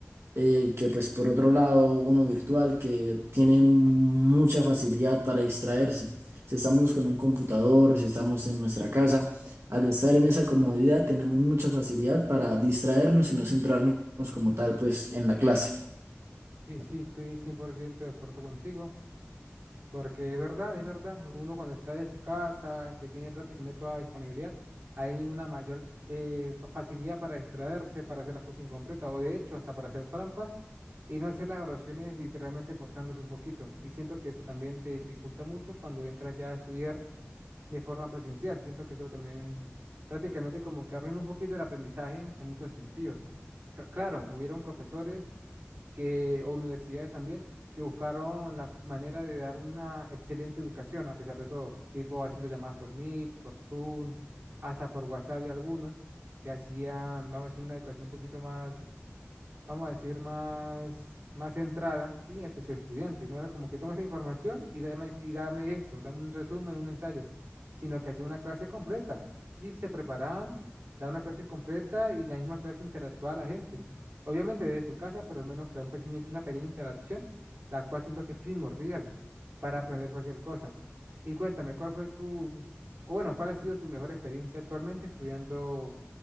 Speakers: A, on the right; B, on the right.
A: eh, que pues por otro lado uno virtual que tiene mucha facilidad para distraerse. Si estamos con un computador, si estamos en nuestra casa, al estar en esa comodidad tenemos mucha facilidad para distraernos y no centrarnos como tal pues en la clase.
B: Sí, sí, estoy 100% de acuerdo contigo. Porque es verdad, es verdad, uno cuando está de su casa, que tiene prácticamente toda disponibilidad, hay una mayor eh, fa- facilidad para distraerse, para hacer las cosas incompletas, o de hecho hasta para hacer trampas y no hacer las oraciones literalmente forzándose un poquito. Y siento que esto también te dificulta mucho cuando entras ya a estudiar de forma presencial. Siento que eso también prácticamente como que arruina un poquito el aprendizaje en muchos sentidos. Cl- claro, hubieron profesores que, o universidades también, que buscaron la manera de dar una excelente educación a pesar de todo, tipo haciendo llamadas por Meet, por Zoom, hasta por WhatsApp y algunos que hacían, vamos a decir, una educación un poquito más vamos a decir, más, más centrada, ¿sí? Hacia su estudiante. No era como que toma esta información y dame, y dame esto, dame un resumen, un ensayo, sino que hacía una clase completa. Sí, se preparaban, da una clase completa y la misma clase interactuaba a la gente. Obviamente desde su casa, pero al menos crea un pequeño, una pequeña interacción, la cual siento que es primordial para aprender cualquier cosa. Y cuéntame, ¿cuál fue su, o bueno, cuál ha sido su mejor experiencia actualmente estudiando?